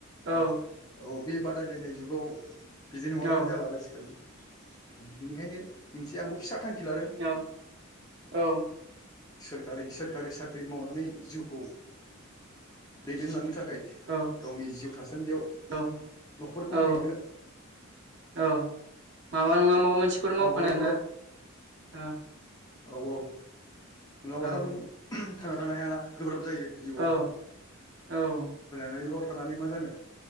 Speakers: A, on the left (about 15°); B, on the right (about 55°).
A: ओ
B: औ
A: औ बे बादायलायनाय जुगाव बिदिनो नङाबानो
B: औ
A: जाला आजिखालि बिनिखायनो मोनसे आंबो फिसा थांखि लादों
B: औ औ।
A: सोरखारि सोरखारि साख्रि मावनानै जिउखौ दैदेनलांनो था खाय
B: औ
A: गावनि जिउ थासान्दियाव
B: औ
A: न'खरखौ
B: औ
A: बेंनो
B: औ माबा नङा माबा मोनसेखौनो'
A: नङाबाथ'
B: मावखानांगौ ना औ।
A: औ औ नङाबाथ'
B: औ
A: नों थांना थानो हायाना गोब्राब जायो जिउआव।
B: औ औ।
A: नैल' थानानै मा जानो।